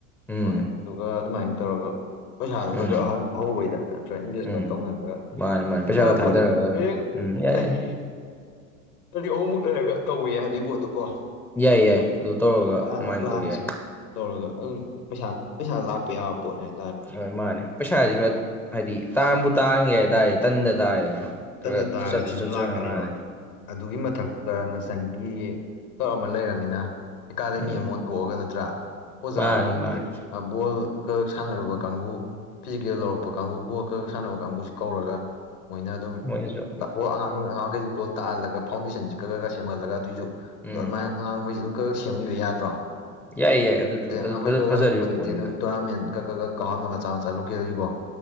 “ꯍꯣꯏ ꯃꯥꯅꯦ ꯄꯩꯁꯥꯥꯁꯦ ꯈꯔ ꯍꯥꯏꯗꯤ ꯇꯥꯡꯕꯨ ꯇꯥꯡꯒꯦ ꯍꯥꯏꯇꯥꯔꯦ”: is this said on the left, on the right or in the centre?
Centre